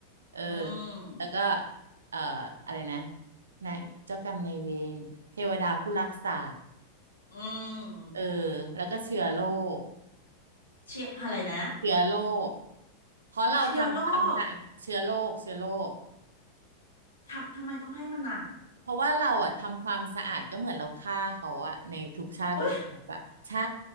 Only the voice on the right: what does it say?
เออ
แล้วก็เอ่ออะไรนะนายเจ้ากรรมนายเวรเทวดาผู้รักษา
เออแล้วก็เชื้อโรค
เชื้อโรคเพราะเราทำความสะอาดเชื้อโรคเชื้อโรค
เพราะว่าเราอ่ะทำความสะอาดก็เหมือนเราฆ่าเขาอ่ะในทุกชาติทุกภพอ่ะใช่